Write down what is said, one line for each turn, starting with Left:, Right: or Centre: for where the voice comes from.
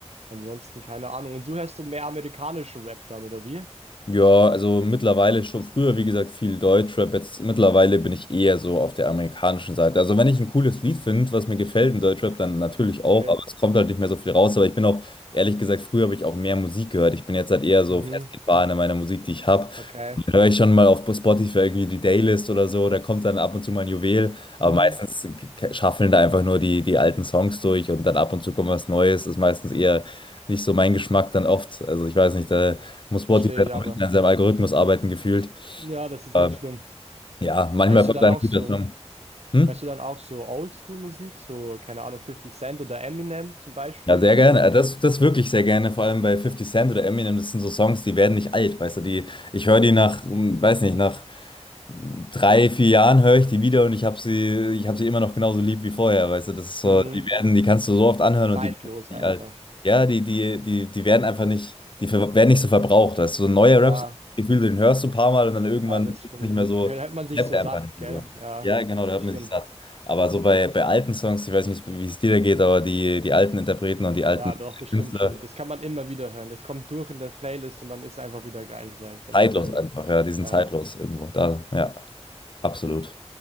Right: ansonsten keine Ahnung. Und du hörst du mehr amerikanischen Rap dann, oder wie?
Left: Ja, also mittlerweile schon früher, wie gesagt, viel Deutschrap. Jetzt mittlerweile bin ich eher so auf der amerikanischen Seite. Also wenn ich ein cooles Lied finde, was mir gefällt in Deutschrap, dann natürlich auch,
Right: Okay.
Left: aber es kommt halt nicht mehr so viel raus. Aber ich bin auch, ehrlich gesagt, früher habe ich auch mehr Musik gehört. Ich bin jetzt halt eher so
Right: Mhm.
Left: festgefahren in meiner Musik, die ich habe.
Right: Okay.
Left: Da höre ich schon mal auf Spotify irgendwie die Daylist oder so, da kommt dann ab und zu mal ein Juwel,
Right: Mhm.
Left: aber meistens k- schaffeln da einfach nur die, die alten Songs durch und dann ab und zu kommt was Neues, ist meistens eher nicht so mein Geschmack dann oft. Also ich weiß nicht, da muss Spotify
Right: Verstehe ich
Left: noch
Right: aber.
Left: ein bisschen an seinem Algorithmus arbeiten gefühlt.
Right: Ja, das ist
Left: Aber
Right: echt schlimm.
Left: ja, manchmal
Right: Hörst
Left: kommt
Right: du dann
Left: da
Right: auch
Left: ein guter
Right: so?
Left: Song. Hm?
Right: Hörst du dann auch so Oldschool-Musik, so, keine Ahnung, 50 Cent oder Eminem zum Beispiel
Left: Ja, sehr
Right: oder
Left: gerne. Äh, Das, das wirklich sehr gerne, vor allem bei 50 Cent oder Eminem, das sind so Songs, die werden nicht alt, weißt du, die, ich höre die nach, hm, weiß nicht, nach drei, vier Jahren höre ich die wieder und ich habe sie, ich habe sie immer noch genauso lieb wie vorher, weißt du, das ist so,
Right: hm,
Left: die werden, die kannst du so oft anhören
Right: zeitlos
Left: und die werden nicht
Right: einfach.
Left: alt. Ja, die, die, die, die werden einfach nicht, die ver- werden nicht so verbraucht, weißt du, so neue
Right: Ja,
Left: Raps, Gefühl, den hörst du ein paar Mal und dann irgendwann
Right: ja, das
Left: ist
Right: stimmt.
Left: es nicht mehr so,
Right: Da hält man sich
Left: klappt
Right: so
Left: einfach
Right: satt,
Left: nicht mehr
Right: gell?
Left: so.
Right: Ja,
Left: Ja, genau, da
Right: das
Left: hört man
Right: stimmt.
Left: sich satt. Aber so bei, bei alten Songs, ich weiß nicht, wie es dir da geht, aber die, die alten Interpreten und die alten
Right: Ja, doch, das
Left: Künstler,
Right: stimmt schon. Das kann man immer wieder hören. Das kommt durch in der Playlist und dann ist einfach wieder geil, sag ich. Dann
Left: zeitlos
Right: hört die da
Left: einfach,
Right: wieder zu.
Left: ja, die sind
Right: Ja,
Left: zeitlos
Right: Mann.
Left: irgendwo da, ja, absolut.